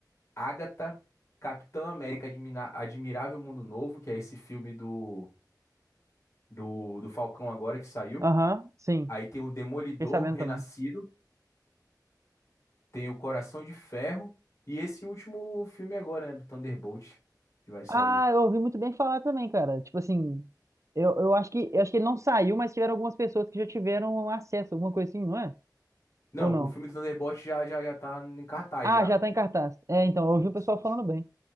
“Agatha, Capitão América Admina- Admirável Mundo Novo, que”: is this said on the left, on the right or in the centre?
Left